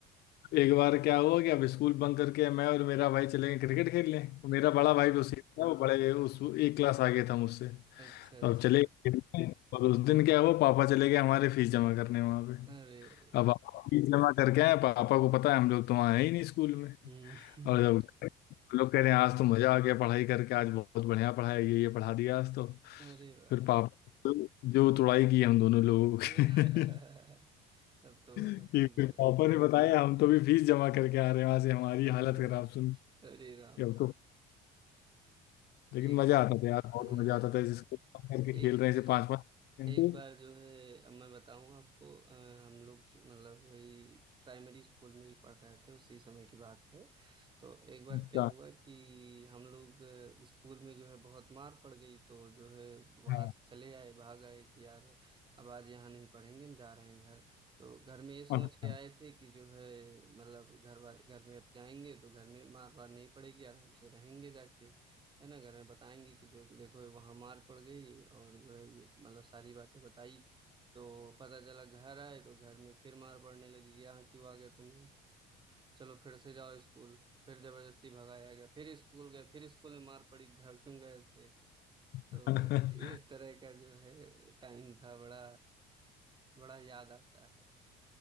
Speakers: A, on the left (about 65°); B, on the right (about 25°).
A: एक बार क्या हुआ कि अब स्कूल बंक करके मैं और मेरा भाई चले गए क्रिकेट खेलने
B: हाँ
A: मेरा बड़ा
B: हाँ
A: भाई भी उसी का था वो बड़े उस एक क्लास आगे था मुझसे तो
B: अच्छा अच्छा
A: अब चले गए खेलने और उस दिन क्या हुआ पापा चले गए हमारे फीस जमा करने वहाँ पे
B: अरे अरे
A: अब पापा फीस जमा करके आए पापा को पता है हम लोग तो वहाँ है ही नहीं स्कूल में
B: हम्म
A: और जब हम लोग कह रहे हैं आज तो मजा आ गया पढ़ाई करके आज बहुत बढ़िया पढ़ाया ये ये पढ़ा दिया आज तो
B: <laughs> अरे वाह
A: फिर पापा जो तुड़ाई की हम दोनों लोगों
B: <laughs>
A: की <laughs>
B: अब तो
A: कि
B: बहुत ही जो
A: फिर
B: है
A: पापा ने बताया हम तो भी फीस जमा करके आ रहे हैं वहां से हमारी
B: हम्म,
A: हालत खराब सुन
B: अरे
A: के
B: राम
A: अब
B: राम
A: तो लेकिन
B: एक
A: मजा आता था यार बहुत
B: हाँ
A: मजा आता था जिसको कम करके खेल
B: एक
A: रहे हैं जैसे पांच पांच घंटे
B: एक बार जो है अब मैं बताऊं आपको अ, हम लोग जो- मतलब वही प्राइमरी स्कूल में ही पढ़ रहे थे उसी समय की बात है तो एक बार
A: अच्छा
B: क्या हुआ कि हम लोग अ, स्कूल में जो है बहुत मार पड़ गई तो जो है वहां
A: हाँ,
B: से चले आए भाग आए कि यार अब आज यहाँ नहीं पढ़ेंगे हम जा रहे हैं घर तो घर में ये सोच
A: अच्छा
B: के आए थे कि जो है मतलब घर वाले घर में अब जाएंगे तो घर में मार वार नहीं पड़ेगी आराम से रहेंगे जाके है ना घर में बताएंगे कि देखो देखो वहां मार पड़ गई और जो है ये मतलब सारी बातें बताई तो पता चला घर आए तो घर में फिर मार पड़ने लगी कि यहाँ क्यों आ गए तुम लोग चलो फिर से जाओ स्कूल फिर जबरदस्ती भगाया गया फिर स्कूल गए फिर स्कूल में मार पड़ी घर क्यों गए थे
A: <laughs>
B: तो
A: अच्छा
B: इस तरह का जो है टाइम था बड़ा बड़ा याद आता है